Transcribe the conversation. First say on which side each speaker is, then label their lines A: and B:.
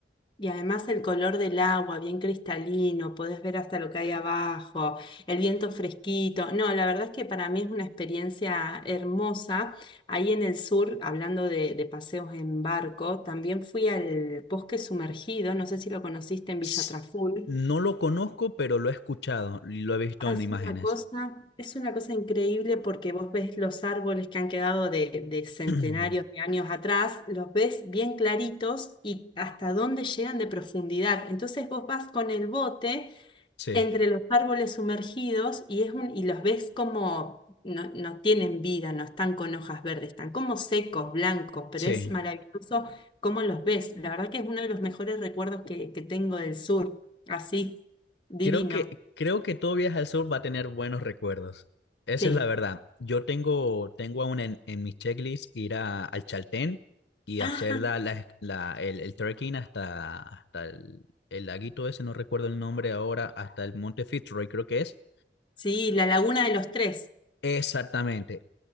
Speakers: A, on the left (about 25°); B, on the left (about 65°).
A: Y además el color del agua, bien cristalino, podés ver hasta lo que hay abajo, el viento fresquito. No, la verdad es que para mí es una experiencia hermosa. Ahí en el sur, hablando de, de paseos en barco, también fui al bosque sumergido, no sé si lo conociste en Villa
B: S-
A: Traful.
B: No lo conozco, pero lo he escuchado y lo he visto
A: Ah,
B: en
A: Es
B: imágenes.
A: una cosa, es una cosa increíble porque vos ves los árboles que han quedado de, de centenarios
B: <clears throat>
A: de años atrás, los ves bien claritos y hasta dónde llegan de profundidad. Entonces vos vas con el bote
B: Sí,
A: entre los árboles sumergidos y, es un, y los ves como no, no tienen vida, no están con hojas verdes, están como secos, blancos, pero
B: sí.
A: es maravilloso cómo los ves. La verdad que es uno de los mejores recuerdos que, que tengo del sur, así, divino.
B: Creo que, creo que todo viaje al sur va a tener buenos recuerdos. Esa
A: Sí.
B: es la verdad. Yo tengo, tengo aún en, en mi checklist ir a, al Chaltén y
A: Ajá.
B: hacer la, la- la- el, el trekking hasta, hasta el, el laguito ese, no recuerdo el nombre ahora, hasta el Monte Fitzroy, creo que es.
A: Sí, la Laguna de los Tres.
B: Exactamente,